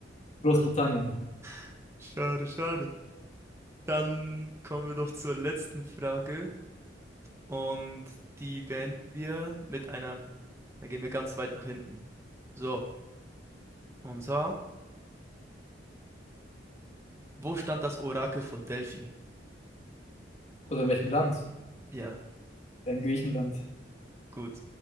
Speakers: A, on the left; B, on the right.
A: Großbritannien.
B: <laughs> Schade, schade. Dann kommen wir doch zur letzten Frage und die beenden wir mit einer, da gehen wir ganz weit nach hinten. So, und zwar, wo stand das Orakel von Delphi?
A: Oder in welchem Land?
B: Ja,
A: In Griechenland.
B: gut.